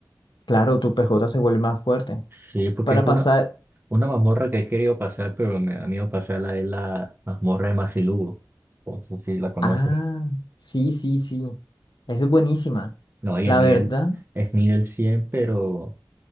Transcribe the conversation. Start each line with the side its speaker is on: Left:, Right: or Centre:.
Left: Claro, tu PJ se vuelve más fuerte.
Right: Sí, porque
Left: Para
Right: es
Left: pasar.
Right: una, una mazmorra que he querido pasar, pero me da miedo pasarla es la mazmorra de Mazilugo, no sé si la conoces.
Left: Ah, sí, sí, sí. Esa es buenísima.
Right: No, y
Left: La
Right: es nivel,
Left: verdad,
Right: es nivel 100 pero